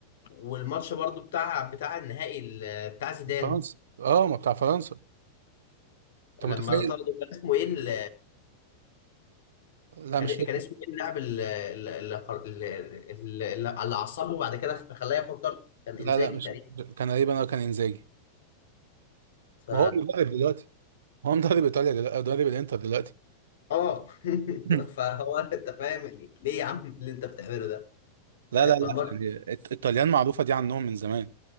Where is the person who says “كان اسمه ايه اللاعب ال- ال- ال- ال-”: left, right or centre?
Left